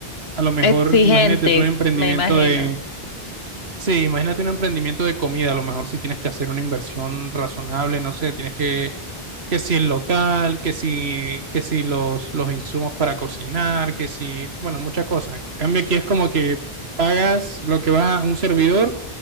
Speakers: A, on the right (about 85°); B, on the left (about 75°).
A: a lo mejor,
B: Exigente,
A: imagínate tú un emprendimiento
B: me imagino.
A: de, sí, imagínate un emprendimiento de comida, a lo mejor si tienes que hacer una inversión razonable, no sé, tienes que, que si el local, que si, que si los, los insumos para cocinar, que si, bueno, muchas cosas. En cambio aquí es como que pagas lo que vas a un servidor